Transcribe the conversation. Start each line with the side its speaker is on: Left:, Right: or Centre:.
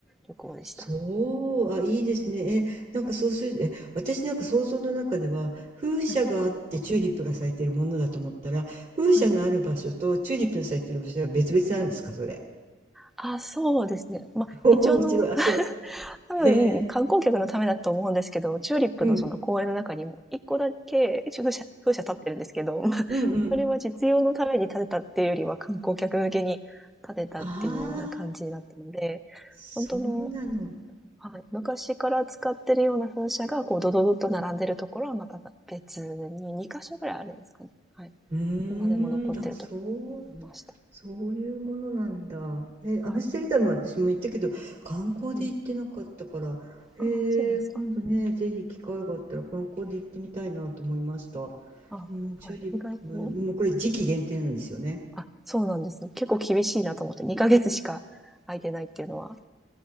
Centre: 旅行でした。
Right: そう。あ、いいですね。え、なんかそうする、え、私なんか想像の中では、風車があってチューリップが咲いてるものだと思ったら、
Centre: はい。
Right: 風車のある場所とチューリップの咲いてる場所は別々なんですか、
Centre: はい、
Right: それ。
Centre: あ、そうですね。まあ、
Right: <laughs> 面白い。
Centre: 一応あの、
Right: あ、そう。
Centre: 多分、
Right: へえ。
Centre: 観光客のためだと思うんですけど、チューリップのその公園の中にも、
Right: うん。
Centre: 一個だけ風車、風車立ってるんですけど、<laughs>
Right: うんうん。
Centre: それは実用のために建てたっていうよりは観光客向けに建てたっていうような感じだったので、
Right: ああ、そうなの。
Centre: 本当の、はい、昔から使ってるような風車が、こう、ドドドッと並んでるところはまた別に2箇所ぐらいあるんですかね。はい。
Right: うー
Centre: 今でも残ってるところがありました。
Right: ん。あ、そう。そういうものなんだ。え、
Centre: はい。
Right: アムステルダムは私も行ったけど、観光で行ってなかったから、
Centre: うん。
Right: へえ、
Centre: ああ、そうなんですか。
Right: 今度ね、ぜひ機会があったら観光で行ってみたいなと思いました。
Centre: あはい。
Right: うん、チューリップ、
Centre: 意外と
Right: もうこれ時期限定なんですよね。
Centre: あ、そうなんですよ。結構厳しいなと思って、2ヶ月しか空いてないっていうのは。